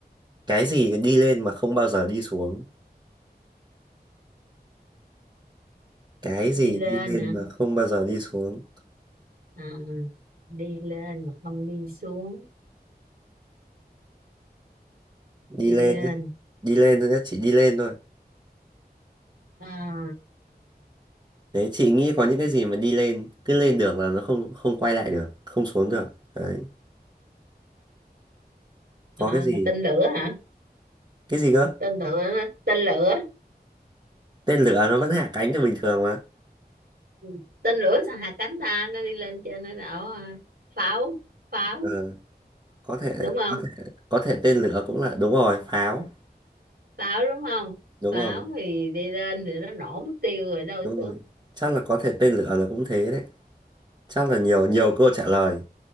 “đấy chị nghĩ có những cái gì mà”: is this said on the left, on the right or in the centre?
Right